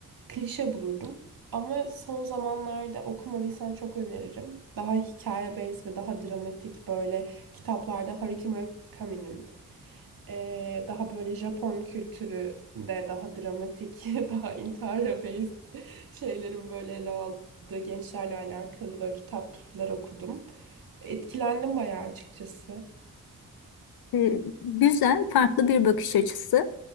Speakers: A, on the right (about 70°); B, on the left (about 80°).
A: klişe bulurdum. Ama son zamanlarda okumadıysan çok öneririm. Daha hikaye based ve daha dramatik böyle kitaplarda Haruki Murakami'nin eee, daha böyle Japon kültüründe daha dramatik, <laughs> daha intihara based şeylerin böyle ele aldığı gençlerle alakalı böyle kitaplar okudum. Etkilendim bayağı açıkçası.
B: E, güzel, farklı bir bakış açısı.